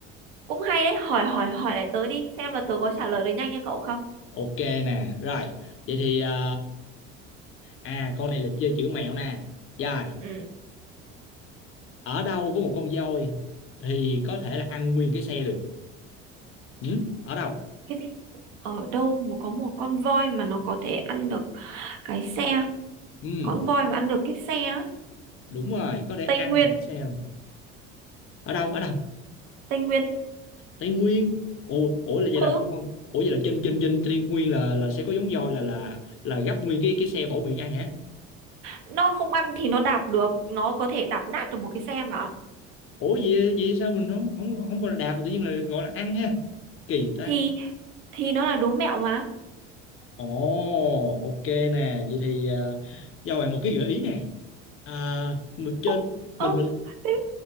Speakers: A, on the right; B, on the left.
A: cũng hay đấy hỏi hỏi hỏi lại tớ đi xem là tớ có trả lời được nhanh như cậu không
B: ok nè rồi vậy thì ờ, à con này là chơi chữ mẹo nè rồi
A: ừ
B: ở đâu có một con voi thì có thể là ăn nguyên cái xe được ừ? ở đâu
A: cái gì ở đâu mà có một con voi mà nó có thể ăn được cái xe
B: ừ,
A: con voi mà ăn được cái xe á?
B: đúng rồi có thể ăn
A: Tây Nguyên
B: một cái xe luôn. ở đâu ở đâu
A: Tây Nguyên
B: Tây Nguyên ủa ủa là vậy là
A: ừ
B: con con ủa vậy là trên trên trên Tây Nguyên là là sẽ có giống voi là là là gấp nguyên cái cái xe bổ miệng ăn hả
A: nó không ăn thì nó đạp được nó có thể đạp nát được một cái xe mà
B: ủa vậy vậy sao mình không không không gọi là đạp mà tự nhiên là gọi là ăn ha kỳ ta
A: thì thì nó là đố mẹo mà
B: ồ ok nè vậy thì à, cho bạn một cái gợi ý nè à, mình trên
A: không ơ
B: mình mình
A: thế